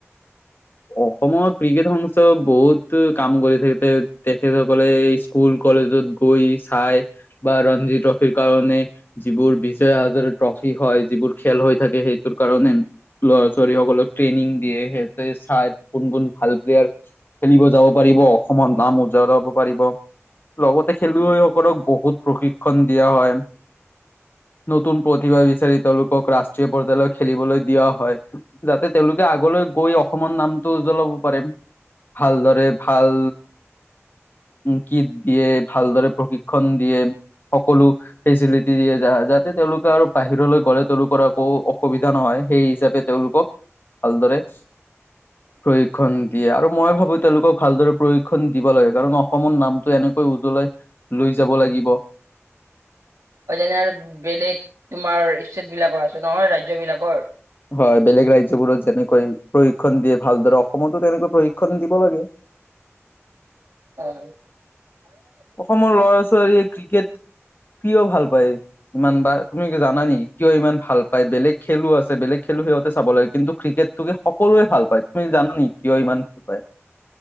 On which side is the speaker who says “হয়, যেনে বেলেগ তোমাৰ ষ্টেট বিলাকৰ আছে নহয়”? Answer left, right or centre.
Right